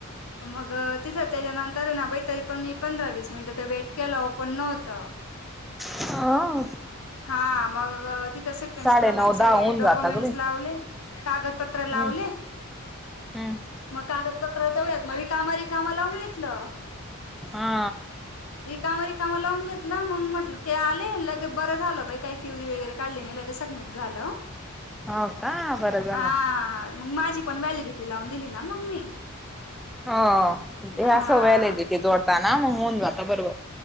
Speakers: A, on the left; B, in the centre.
A: मग तिथं त्याच्यानंतर ना बाई तरी पण मी पंधरा वीस मिनट वेट केलो ओपन न्हवत.
B: हा
A: हा मग तिथं सिक्वेन्स
B: साडे
A: प्रमाणे
B: नऊ
A: सगळे
B: दहा होऊन
A: डॉक्युमेंटस
B: जाता ग बाई.
A: लावले कागद पत्र लावले,
B: हम्म हम्म
A: म कागद पत्र तेवढ्यात कामले कामा लावून घेतलं.
B: हा.
A: रिकमा रिकमा लावून घेतलं मग म्हटलं ते आले ल क बरं झालं बाई काही क्यवरी वगैरे काढली नाही लगेच सबमिट झालं.
B: हो का बरं झालं.
A: हा मग माझी पण व्हॅलिडिटी लावून दिली ना मग मी.
B: हो ते
A: हा
B: अस व्हॅलेडिटी जोडताना मग मोऊन जाता बरोबर.